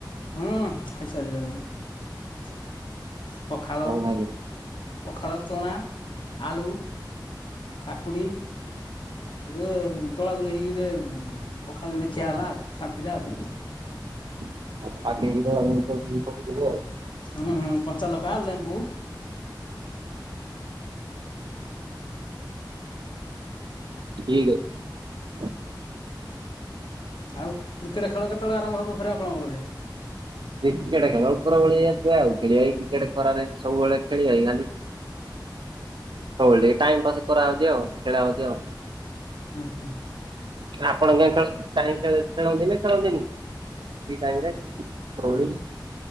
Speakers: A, on the left (about 85°); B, on the right (about 75°).
A: ହୁଁ ଖାଇସାରିଲିଣି। ପଖାଳ
B: କଣ ଖାଇଲେ?
A: ପଖାଳ ଚଣା, ଆଳୁ। କାକୁଡ଼ି। ଗୋଟେ ଦୋଳା ଦୋଳି ହେଇକି ଗୋଟେ ପଖାଳ ଟେ ଖିଆ ହେଲା ଆଉ ଶାନ୍ତିରେ ଆଉ।
B: <unintelligible> ଦେଇଦବ ଆଉ।
A: ହୁଁ ହୁଁ କଞ୍ଚାଲକା, ଲେମ୍ବୁ।
B: ଠିକ୍ ଅ
A: ଆଉ କ୍ରିକେଟ ଖେଳ କେତେବେଳେ ଆରମ୍ଭ ହବ ଫେରେ ଆପଣଙ୍କର ଯେ?
B: କ୍ରିକେଟ ଖେଳ ଉପର ଓଳିରିଏ କିଏ ଆଉ ଖେଳିବ ଏଇ କ୍ରିକେଟ ଖରାରେ ସବୁବେଳେ ଖେଳିବା କି ଖାଲି। ସବୁବେଳେ ଟିକେ ଟାଇମ ପାସ କରାହଉଚି ଆଉ ଖେଳା ହଉଚି ଆଉ।
A: ହ ହ।
B: ଆପଣ ନ ଖେଳସ୍ କାଇଁ ଖେଳେ ଖେଳନ୍ତି ନା ଖେଳନ୍ତିନି? କି ଟାଇମରେ ଓପରଓଳି।